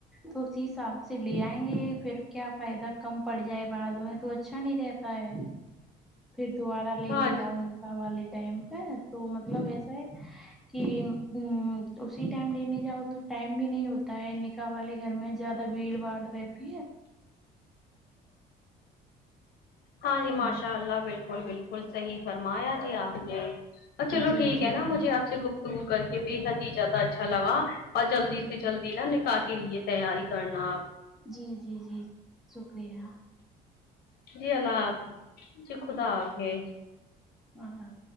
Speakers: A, in the centre; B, on the left (about 65°).
A: تو اسی حساب سے لے آئیں گے پھر کیا فائدہ کم پڑ جائے بعد میں تو اچھا نہیں رہتا ہے پھر دوبارہ لینے
B: ہاں
A: جاؤ نکاح والے ٹائم پہ تو مطلب ایسا ہے کہ اسی ٹائم لینے جاؤ تو ٹائم بھی نہیں ہوتا ہے نکاح والے گھر میں زیادہ بھیڑ باڑ رہتی ہے
B: ہاں جی
A: ہے
B: ماشاء اللہ بالکل بالکل صحیح فرمایا جی آپ نے چلو
A: جی
B: ٹھیک
A: جی
B: ہے نا
A: جی
B: مجھے آپ سے گفتگو کر کے بے حد ہی زیادہ اچھالگا اور جلدی سے جلدی نا نکاح کے لیے تیاری کرنا آپ
A: جی جی جی شکریہ
B: جی اللہ حافظ جی خدا حافظ
A: ملب